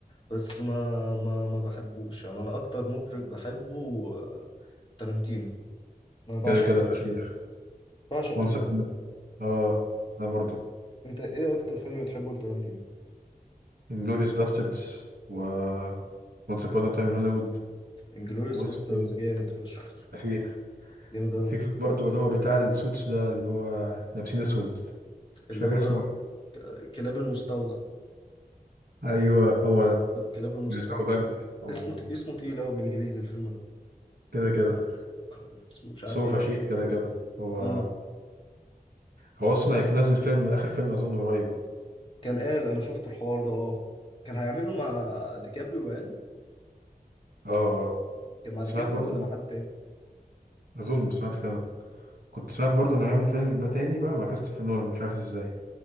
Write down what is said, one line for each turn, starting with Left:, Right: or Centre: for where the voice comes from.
Left: بس ما ما ما بحبوش يعني انا اكتر مخرج بحبه آه، تارانتينو انا بعشق
Right: كده كده
Left: تارانتينو
Right: فشيخ
Left: بعشق
Right: وانس
Left: تارانتينو
Right: اه انا برضو
Left: انت ايه اكتر فيلم بتحبه لتارانتينو
Right: انجلوريوس باستردز و وانس ابون تايم ان هوليوود
Left: انجلوريوس
Right: واسمه
Left: باسترز
Right: ايه
Left: جامد فشخ
Right: فشيخ
Left: جامد قوي
Right: وفي فيلم برضو اللي هو بتاع السوتس ده اللي هو لابسين اسود
Left: اللي
Right: مش فاكر
Left: هو
Right: اسمه
Left: ك- كلاب المستودع
Right: ايوه هو ده
Left: كلاب المستودع
Right: بيسرقوا بنك او
Left: اسمه اسمه تقيل قوي بالانجليزي الفيلم ده
Right: كده كده
Left: اسمه مش
Right: بس
Left: عارف
Right: هو
Left: ايه
Right: فشيخ
Left: كده
Right: كده كده هو
Left: اه
Right: هو اصلا هينزل فيلم اخر فيلم اظن قريب
Left: كان قال انا شفت الحوار ده اه كان هيعمله مع ديكابريو باين
Right: اه اه
Left: كان مع
Right: سمعت
Left: ديكابريو
Right: برضو
Left: ولا مع حد تاني
Right: اظن سمعت كده كنت سمعت برضو انه هيعمل فيلم بقى تاني بقى مع كريستوفر نولان مش عارف ازاي